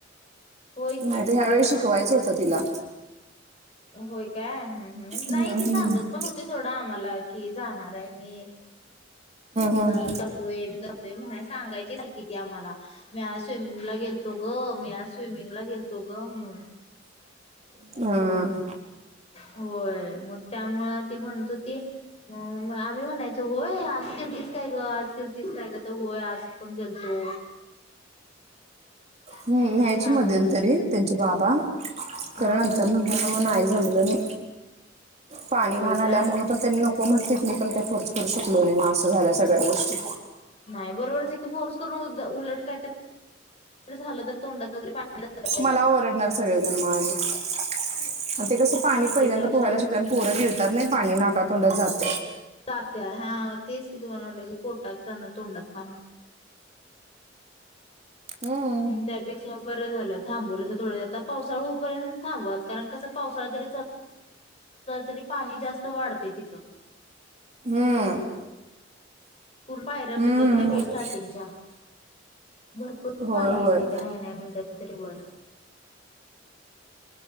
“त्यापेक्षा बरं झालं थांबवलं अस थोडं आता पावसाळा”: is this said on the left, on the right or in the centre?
Left